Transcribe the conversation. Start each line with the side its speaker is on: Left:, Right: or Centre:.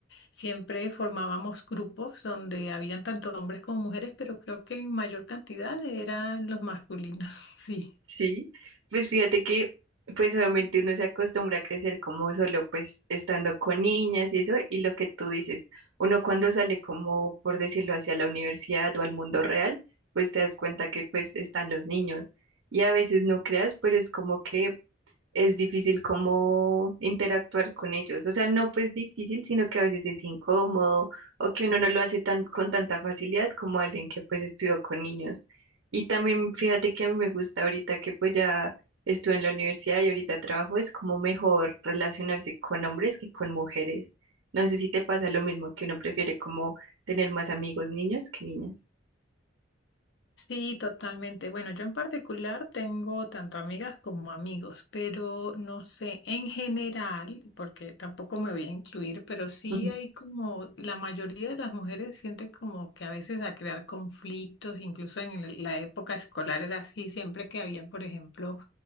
Left: Siempre formábamos grupos donde habían tanto hombres como mujeres, pero creo que en mayor cantidad eran los masculinos, <laughs> sí.
Right: Sí, pues fíjate que pues obviamente uno se acostumbra a crecer como solo pues estando con niñas y eso, y lo que tú dices, uno cuando sale como por decirlo hacia la universidad o al mundo real, pues te das cuenta que pues están los niños y a veces no creas, pero es como que es difícil como interactuar con ellos. O sea, no pues difícil, sino que a veces es incómodo o que uno no lo hace tan, con tanta facilidad como alguien que pues estudió con niños. Y también fíjate que a mí me gusta ahorita que pues ya estuve en la universidad y ahorita trabajo, es como mejor relacionarse con hombres que con mujeres. No sé si te pasa lo mismo, que uno prefiere como tener más amigos niños que niñas.
Left: Sí, totalmente. Bueno, yo en particular tengo tanto amigas como amigos, pero no sé, en general, porque tampoco me voy a incluir, pero sí
Right: <laughs>
Left: hay como, la mayoría de las mujeres siente como que a veces a crear conflictos, incluso en el- la época escolar era así, siempre que había, por ejemplo,